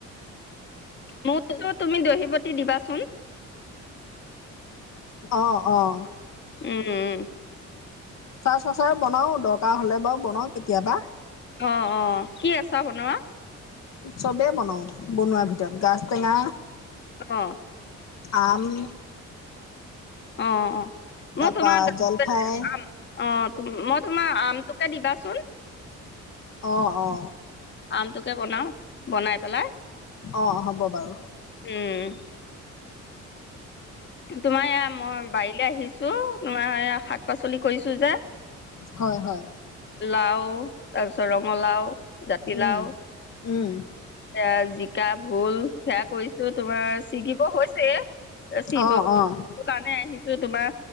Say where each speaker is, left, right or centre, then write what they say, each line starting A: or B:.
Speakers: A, on the left; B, on the left.
A: মোৰযোৰ তুমি দহিবাতি দিবাচোন।
B: অঁ অঁ।
A: উম উম
B: চাৰ বনাওঁ দৰকাৰ হ'লে বাৰু বনাওঁ কেতিয়াবা,
A: অঁ অঁ কি আছা বনোৱা।
B: চবেই বনাওঁ বনোৱাৰ ভিতৰত গাজ টেঙা।
A: অ
B: আম,
A: অ অ মই
B: তাৰ
A: তোমাৰ
B: পা
A: গা-
B: জলফাই
A: আম অ মই তোমাৰ আমটোকে দিবাচোন
B: অ অ
A: আমটোকে বনাও বনাই পেলাই
B: অ হ'ব বাৰু
A: উম তোমাৰ এয়া মই বাৰীলে আহিছো তোমাৰ শাক পাচলি কৰিছো যে।
B: হয়, হয়,
A: লাও তাৰপিছত ৰঙালাও। জাতিলাও
B: উম। উম,
A: এয়া জিকা ভোল সেয়া কৰিছো তোমাৰ ছিগিব হৈছে চি
B: অ', অ',
A: কাৰণে আহিছো তোমাৰ